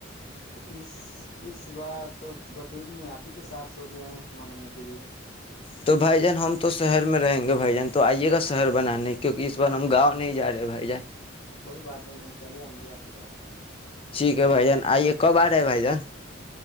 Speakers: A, on the left; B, on the left.
A: اس اس بار تو بقرعید میں آپ ہی کے ساتھ سوچ رہے ہیں منے کے لیے
B: تو بھائی جان ہم تو شہر میں رہیں گے بھائی جان تو آئیے گا شہر بنانے کیونکہ اس بار ہم گاؤں نہیں جا رہے بھائی جان
A: کوئی بات نہیں ہم چلے آئیں گے آپ کے پاس
B: ٹھیک ہے بھائی جان آئیے کب آ بھائی جان